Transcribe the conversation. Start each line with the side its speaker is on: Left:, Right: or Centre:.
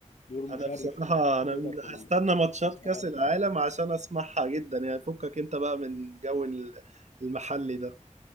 Left: دور مشرف
Right: انا بصراحة انا
Left: كده في
Right: هستنى
Left: ال-
Right: ماتشات
Left: كأس العالم
Right: كأس العالم عشان اسمعها جدا يعني فكك انت بقى من جو ال- المحلي ده